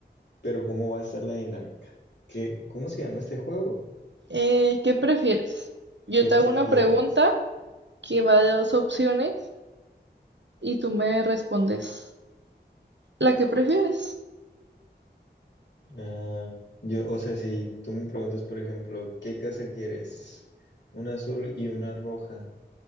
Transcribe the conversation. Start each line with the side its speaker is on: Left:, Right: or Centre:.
Left: Pero ¿cómo va a estar la dinámica? ¿Qué, cómo se llama este juego?
Right: eh, ¿qué prefieres? Yo
Left: ¿Qué
Right: te
Left: prefieres?
Right: hago una pregunta que va de dos opciones y tú me respondes la que prefieres.
Left: Ah, yo, o sea, si tú me preguntas, por ejemplo, ¿qué casa quieres? Una azul y una roja.